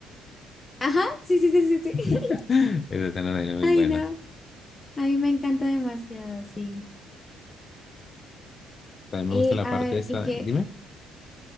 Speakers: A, on the left (about 20°); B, on the left (about 40°).
A: Ajá, sí, sí, sí, sí, sí.
B: <laughs>
A: <laughs>
B: Esa escena también es muy
A: Ay,
B: buena.
A: no. A mí me encanta demasiado, sí.
B: También me
A: Y
B: gusta la
A: a
B: parte
A: ver,
B: esa,
A: ¿y qué,
B: dime,